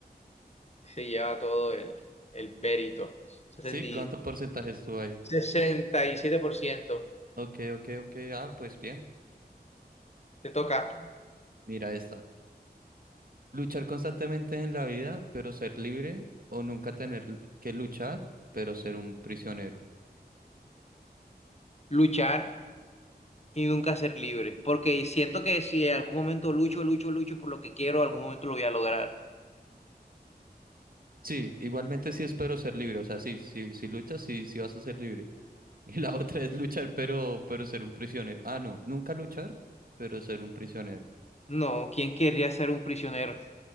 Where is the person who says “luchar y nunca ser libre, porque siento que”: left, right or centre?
Left